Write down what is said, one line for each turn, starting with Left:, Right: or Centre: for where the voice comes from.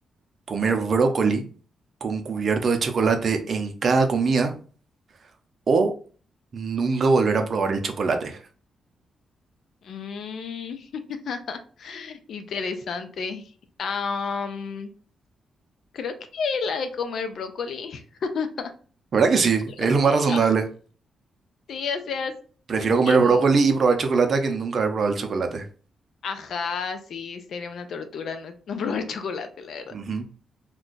Right: comer brócoli con cubierto de chocolate en cada comida o nunca volver a probar el chocolate.
Left: Mm, <laughs> interesante. Am, creo que la de comer brócoli <laughs>
Right: ¿Verdad
Left: con
Right: que sí?
Left: chocolate.
Right: Es lo más razonable.
Left: Ah, sí, o sea,
Right: Prefiero
Left: siento
Right: comer
Left: que,
Right: brócoli
Left: mm,
Right: y probar chocolate que nunca haber probado el chocolate.
Left: ajá, sí, sería una tortura no, no <laughs> probar chocolate, la verdad.
Right: Ujú.